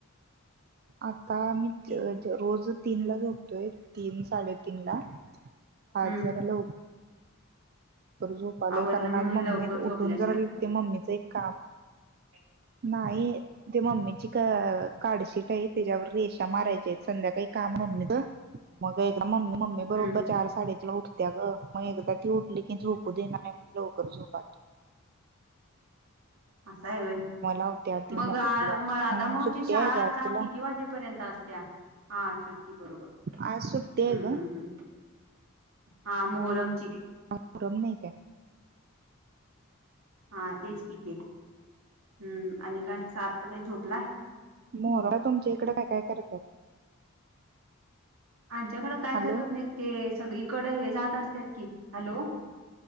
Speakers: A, on the right; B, on the right.
A: आता मी
B: कि
A: रोज तीन ला झोपतोय तीन साडेतीीन ला पाच
B: हम्म
A: जारालापतो. ब झोपा आलोय
B: आवरलं
A: कारण
B: म्हणून
A: आज मम्मी
B: लवकर झोपल्यास
A: उठून जरा ते मम्मीचं एक काम
B: ह.
A: नाही ते मम्मीची कार्डशीट आहे त्याच्यावर रेषा मारायचे संध्याकाळी काम ह का? मग एकदा म् मम्मी बरोबर
B: हम्म
A: चार साडीतला उठत्या ग मग एकदा ती उठली की झूप पुदना नाही म्हणलंव करजो पात
B: <unintelligible> असा आहेय
A: लावत्या ती
B: मग आ
A: उठल्यावर
B: म राधा
A: हम्म
B: माऊची
A: सुट्टी
B: शाळा
A: आहे ग
B: आता
A: आज तिला
B: किती वाजेपर्यंत असते. हा चिटकी बरोबर
A: आज सुट्टी
B: हम्म
A: आहे ग
B: हम्म हम्म. हा मोहरमची
A: पुरम नाही का
B: हा तेच किथे हम्म आणि काय सार तर काही झोपलाय.
A: मोराड तुमच्या इकड काय काय करतात.
B: आमच्याकडें काय
A: हॅलो
B: करत नाही ते सगळीकडे हे जात असतात कि हॅलो.